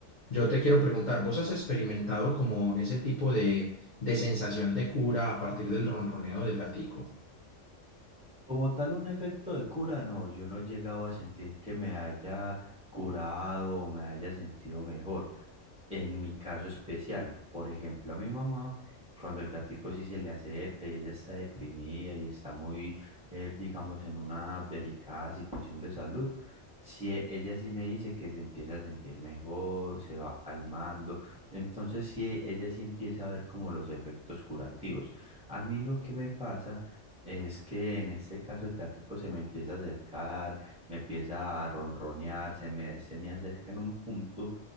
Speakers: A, on the left; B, in the centre.
A: Yo te quiero preguntar, ¿vos has experimentado como ese tipo de, de sensación de cura a partir del ronroneo del gatico?
B: Como tal, un efecto de cura, no, yo no he llegado a sentir que me haya curado o me haya sentido mejor, en mi caso especial, por ejemplo, a mi mamá, cuando el gatico sí se le acerca y ella está deprimida y está muy, eh, digamos, en una delicada situación de salud, sí, e- ella sí me dice que se empieza a sentir mejor, se va calmando, entonces sí, ella sí empieza a ver como los efectos curativos. A mí lo que me pasa es que en este caso el gatico se me empieza a acercar, me empieza a ronronear, se me, se me acerca en un punto